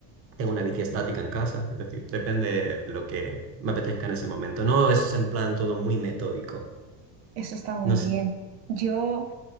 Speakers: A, on the right (about 30°); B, on the right (about 85°).
A: Tengo una bici estática en casa, es decir, depende de lo que me apetezca en ese momento. No es en plan todo muy metódico.
B: Eso está muy
A: No
B: bien.
A: sé.
B: Yo